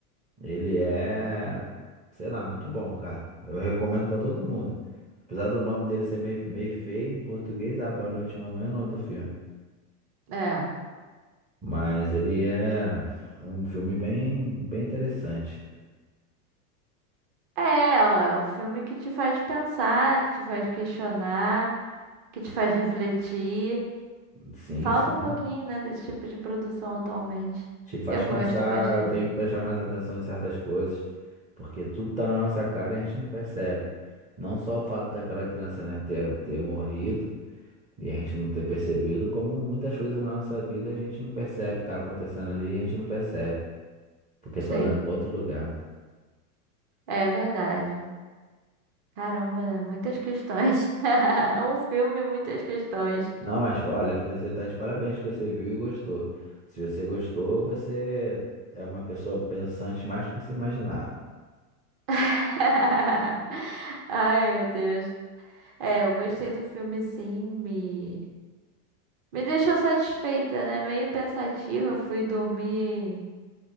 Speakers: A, on the right; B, on the right.
A: ele é, sei lá, muito bom, cara. Eu recomendo pra todo mundo. Apesar do nome dele ser meio, meio feio em português, ah, Boa Noite, Mamãe é o nome do filme.
B: é.
A: Mas ele é um filme bem, bem interessante.
B: É, ó, é o filme que te faz pensar, que te faz questionar, que te faz refletir.
A: Sim,
B: Falta
A: sim.
B: um pouquinho, né, desse tipo de produção atualmente.
A: Te faz
B: Eu
A: pensar,
B: gosto bastante.
A: eu tenho que prestar mais atenção em certas coisas, porque tudo tá na nossa cara e a gente não percebe. Não só o fato daquela criança, né, ter, ter morrido e a gente não ter percebido, como muitas coisas na nossa vida a gente não percebe, tá acontecendo ali e a gente não percebe, porque
B: Sim,
A: tá olhando pra outro lugar.
B: é verdade. Caramba, né? muitas questões. <laughs> Um filme, muitas questões.
A: Não, mas olha, você tá de parabéns que você viu e gostou. Se você gostou, você é uma pessoa pensante mais do que você imaginava.
B: <laughs> Ai, meu Deus. É, eu gostei do filme, sim. Me, me deixou satisfeita, né? Meio pensativa. eu Fui dormir,